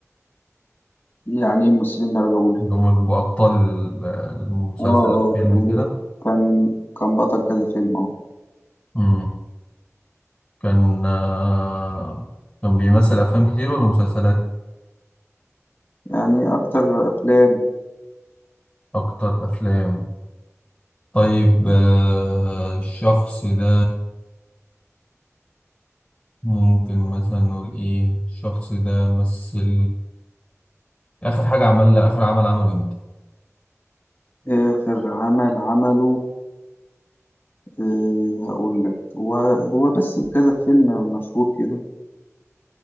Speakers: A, on the left (about 45°); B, on the left (about 25°).
A: يعني إيه ممثلين درجه اولى
B: اللي هم بيبقوا أبطال آه، المسلسل
A: اه
B: أو
A: اه
B: فيلم
A: كان
B: وكده
A: كان كان بطل كذا فيلم اه
B: مم. كان آه، كان بيمثل أفلام كتير ولا مسلسلات
A: يعني اكتر افلام
B: أكتر أفلام طيب آه، الشخص ده ممكن مثلا نقول إيه الشخص ده مثل آخر حاجة عملها آخر عمل عمله إمتى
A: اخر عمل عمله إيه هقول لك هو هو بس كذا فيلم مشهور كده